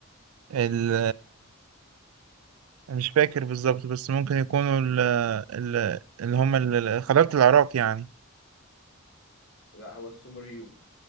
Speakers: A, on the right; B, on the left.
A: ال مش فاكر بالظبط بس ممكن يكونوا ال ال اللي هم ال- ال- خلافة العراق يعني
B: لا هو السومريون